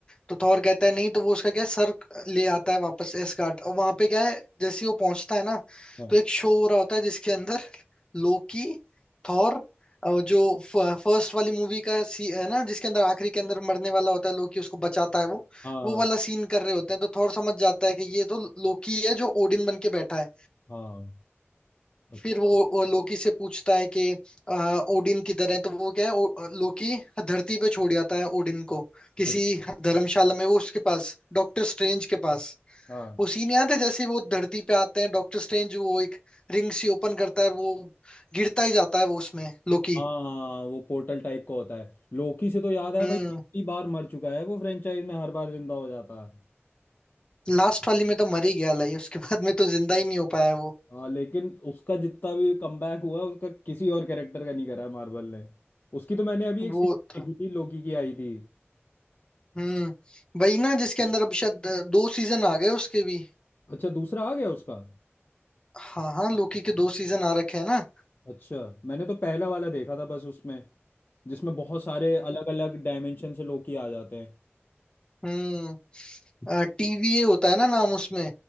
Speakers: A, on the left; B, on the left.
A: तो थॉर कहता है नहीं तो वो उसका क्या है, सर ले आता है वापस एसगार्ड और वहां पे क्या है जैसे ही वो पहुंचता है ना
B: हाँ
A: तो एक शो हो रहा होता है जिसके अंदर <laughs> लोकी थॉर और जो फर्स्ट वाली मूवी का सी है ना जिसके अंदर आखिरी के अंदर मरने वाला होता है लोकी उसको बचाता है वो
B: हाँ
A: वो वाला सीन कर रहे होते हैं तो थॉर समझ जाता है कि ये तो लोकी है जो ओडिन बन के बैठा है
B: हाँ, अच्छा
A: फिर वो, वो लोकी से पूछता है कि आ, ओडिन किधर है तो वो क्या है ओ, लोकी धरती पे छोड़ जाता है ओडिन को किसी
B: अच्छा
A: धर्मशाला में वो उसके पास डॉक्टर स्ट्रेंज के पास
B: हाँ
A: वो सीन याद है जैसे वो धरती पे आते हैं डॉक्टर स्ट्रेंज वो एक रिंग सी ओपन करता है और वो गिरता ही जाता है वो उसमें लोकी
B: हाँ वो पोर्टल टाइप का होता है लोकी से तो याद है
A: हम्म
B: भाई कितनी बार मर चुका है वो फ्रेंचाइज में हर बार जिंदा हो जाता है
A: लास्ट वाली में तो मर ही गया लाइए उसके बाद में तो जिंदा ही नहीं हो पाया वो
B: हाँ लेकिन उसका जितना भी कमबैक हुआ उसका किसी और कैरेक्टर का नहीं करा है मार्वल ने उसकी तो मैंने अभी एक
A: वो
B: सीरीज
A: तो
B: देखी थी लोकी की आई थी
A: हम्म वही ना जिसके अंदर अभी शायद दो सीजन आ गए उसके भी
B: अच्छा दूसरा आ गया उसका
A: हाँ हाँ लोकी के दो सीजन आ रखे हैं ना
B: अच्छा मैंने तो पहला वाला देखा था बस उसमें जिसमें बहुत सारे अलग अलग डायमेंशन से लोकी आ जाते हैं
A: हम्म टीवीए होता है ना नाम उसमें